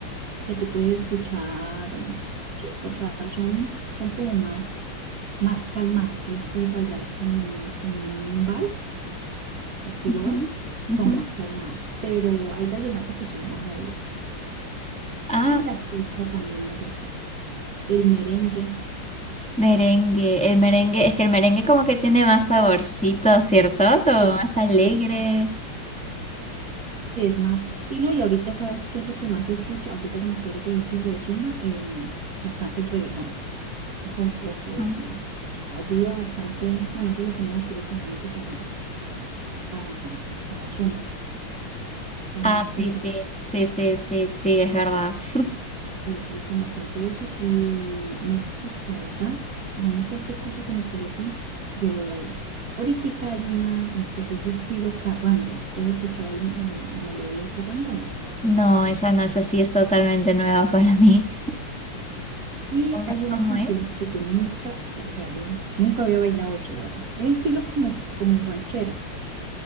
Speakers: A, on the right; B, in the centre.
A: que tú puedes escuchar, sí, o sea, son, son como más, más calmadas, tú las puedes bailar como, como un vals, estilo
B: Ujú,
A: vals,
B: ujú.
A: son más calmadas, pero hay vallenatos que son más movidos.
B: Ah,
A: Y la salsa también me gusta, el merengue,
B: merengue. El merengue, es que el merengue como que tiene más saborcito, ¿cierto? Como
A: sí,
B: más alegre.
A: sí, sí, es más. Y no, y ahorita sabes qué es lo que más se escucha, ahorita que me acordé que dices lo de Zumba, el, bastante el reggaetón, eso, eso
B: Mm.
A: ayuda bastante, bueno, eso es lo que más utiliza la gente para para, para Zumba, movimiento
B: Ah, sí,
A: de
B: sí,
A: cadera.
B: sí, sí, sí, sí, es verdad. <laughs>
A: que utilizan bastante eso y me, pues la verdad, a mí cualquier cosa que me coloquen, yo lo bailo. Ahorita hay una, pues ese estilo carranga, si has escuchado el- el- la melodía carranga? No.
B: No, esa no, esa sí es totalmente nueva para mí.
A: Y
B: ¿Cómo,
A: hay una
B: cómo
A: canción
B: es?
A: que yo nunca, la- o sea, yo nunca había bailado eso, la verdad. Es estilo como, como ranchera,